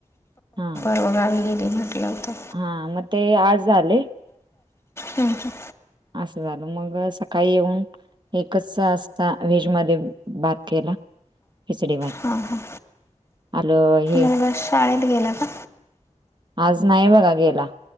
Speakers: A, on the right (about 35°); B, on the left (about 20°).
A: हा.
B: अ गावी. म्हटलं होतं.
A: हा म ते आज आले.
B: हम् हम.
A: असं झालं मग सकाळी येऊन एकच असता व्हेज मध्ये भात केला, खिचडीभात.
B: हां हां
A: आलोय.
B: मुलगा शाळेत गेला का?
A: आज नाही बघा गेला,